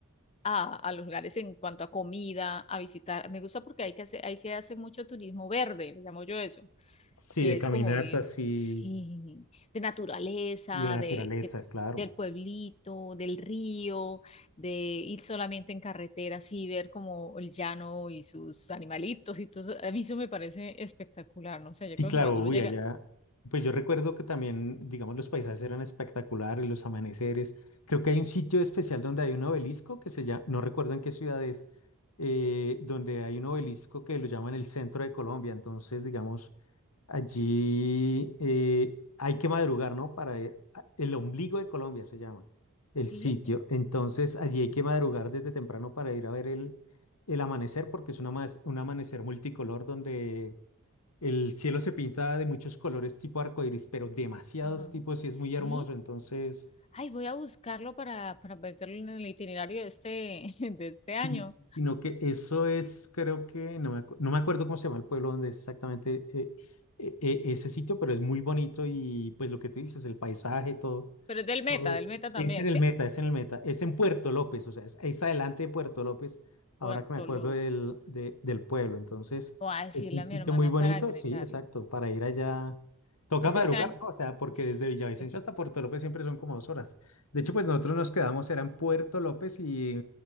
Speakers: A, on the left (about 30°); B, on the left (about 80°).
A: A, a los lugares en cuanto a comida, a visitar. Me gusta porque hay que hacer, ahí se hace mucho turismo verde, le llamo yo eso
B: Sí,
A: que
B: de
A: es
B: caminatas
A: como ir,
B: y,
A: sí, de naturaleza,
B: y de naturaleza,
A: de, de-
B: claro.
A: del pueblito, del río, de ir solamente en carretera, así ver como el llano y sus animalitos y todo eso. A mí eso me parece espectacular, no sé, yo
B: Y
A: creo
B: claro,
A: que cuando uno
B: uy,
A: llega,
B: allá, pues yo recuerdo que también, digamos, los paisajes eran espectaculares, los amaneceres. Creo que hay un sitio especial donde hay un obelisco que se llama, no recuerdo en qué ciudad es, eh, donde hay un obelisco que lo llaman el centro de Colombia. Entonces, digamos, Allí eh, hay que madrugar, ¿no? Para ir a- el ombligo de Colombia se llama el
A: sí,
B: sitio. Entonces
A: ¿dónde
B: allí
A: estará?
B: hay que madrugar desde temprano para ir a ver el, el amanecer, porque es un amas- un amanecer multicolor donde el cielo se pinta de muchos colores tipo arcoíris, pero demasiados
A: Ajá,
B: tipos y es
A: sí.
B: muy hermoso. Entonces,
A: Ay, voy a buscarlo para, para meterlo en el itinerario de este, <laughs> de este año.
B: sí, sino que eso es, creo que, no me, acu- no me acuerdo cómo se llama el pueblo donde es exactamente eh, e- e- ese sitio, pero es muy bonito y pues lo que tú dices, el paisaje, todo.
A: Pero es del Meta,
B: Pues,
A: del Meta también,
B: es en el
A: ¿sí?
B: Meta, es en el Meta, es en Puerto López, o sea, es, es adelante de Puerto López, ahora
A: Puerto
B: que me acuerdo
A: López.
B: del, de- del pueblo. Entonces,
A: Voy a decirle
B: es un
A: a
B: sitio
A: mi hermana
B: muy bonito,
A: para agregarlo.
B: sí, exacto, para ir allá. Toca
A: porque
B: madrugar,
A: ese año
B: ¿no? O sea, porque
A: sí,
B: desde Villavicencio hasta Puerto López siempre son como dos horas. De hecho, pues nosotros nos quedamos, era en Puerto López y